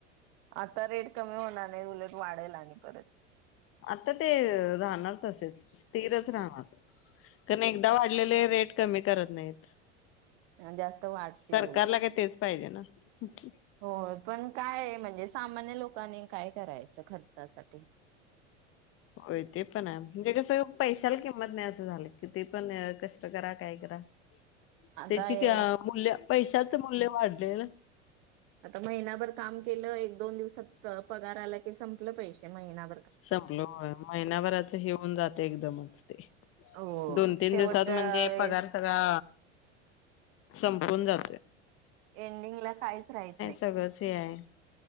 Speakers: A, on the right; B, on the left.
A: आता रेट कमी होणार नाही उलट वाढेल आणि परत.
B: आता ते राहणार तसेच स्थिरच राहणार. पण एकदा वाढलेले रेट कमी करत नाहीत.
A: ह जास्त वाढतील
B: सरकारला
A: उलट.
B: काय तेच <unintelligible>
A: हो. पण काय आहे म्हणजे सामान्य लोकांनी काय करायचं? खर्चासाठी.
B: होय ते पण हाय म्हणजे कसं पैशाला किंमत नाही असं झालंय, किती पण कष्ट करा, काय करा.
A: आता
B: त्याची
A: हे
B: का अं मूल्य पैशात मूल्य वाढलेलं.
A: आता महिनाभर काम केलं एक दोन दिवसात प पगार आला की सग संपले पैसे महिना
B: संपलं होय महिनाभराचं हे होऊन जात एकदा. नमस्ते
A: हो.
B: दोन तीन
A: शेवटच्या
B: दिवसात म्हणजे
A: वेळेस
B: पगार सगळा संपवून जाते.
A: एंडिंग ला काहीच राहत नाही
B: सगळंच हे आहे